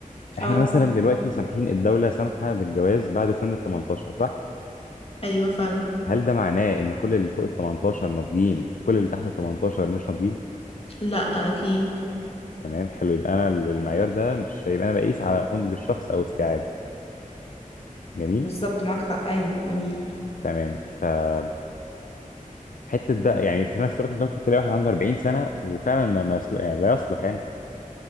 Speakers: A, on the left (about 70°); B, on the left (about 45°).
A: احنا
B: اه
A: مثلا دلوقتي سامحين الدوله سامحه بالجواز بعد سن ال 18 صح
B: ايوه فعلا
A: هل ده معناه ان كل اللي فوق ال 18 ناضجين وكل اللي تحت ال 18 مش ناضجين
B: لا اكيد
A: تمام حلو يبقى انا المعيار ده مش يبقى انا بقيس على نضج الشخص او استيعابه جميل
B: بالظبط معاك حق ايوه جميل
A: تمام فحته بقى يعني في نفس الوقت انت ممكن تلاقي واحد عنده 40 سنه وفعلا ما, ما يصل... يعني لا يصلح يعني